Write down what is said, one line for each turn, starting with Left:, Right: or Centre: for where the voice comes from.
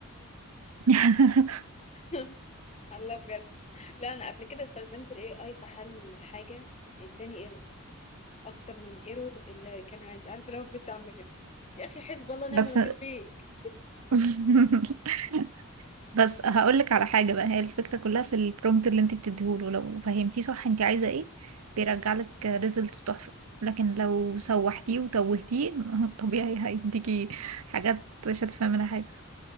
Right: <laughs>
Left: <laughs> الله بجد لا انا قبل كده استخدمت الاي اي في حل حاجة اداني ايرور اكتر من الايرور اللي كان عندي عارفة لو فضلت عاملة كده يا اخي حسب الله ونعم
Right: بس
Left: الوكيل فيك
Right: <laughs> بس هقولك على حاجة بقى هي الفكرة كلها في البرومبت اللي انت بتديهوله لو فهمتيه صح انت عايزة ايه
Left: مم.
Right: بيرجعلك ريزلتس تحفة لكن لو سوحتيه وتوهتيه <laughs> طبيعي هيديكي حاجات مش هتفهمي منها حاجة